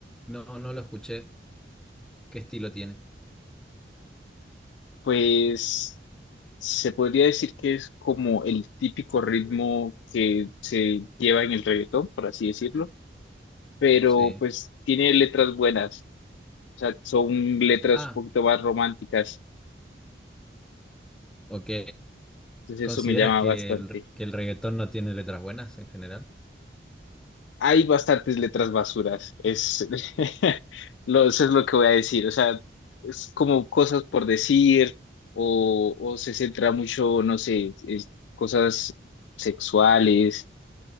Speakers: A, in the centre; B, on the left.
A: no, no lo escuché. ¿Qué estilo tiene?
B: Pues... Se podría decir que es como el típico ritmo que se lleva en el reggaetón, por así decirlo pero
A: Sí.
B: pues tiene letras buenas, o sea, son letras
A: Ah,
B: un poquito más románticas,
A: ok.
B: entonces
A: ¿Consideras
B: eso me llama
A: que
B: bastante.
A: el, que el reggaetón no tiene letras buenas en general?
B: Hay bastantes letras basuras, es <laughs> lo, eso es lo que voy a decir, o sea, es como cosas por decir o, o se centra mucho, no sé, es- cosas sexuales,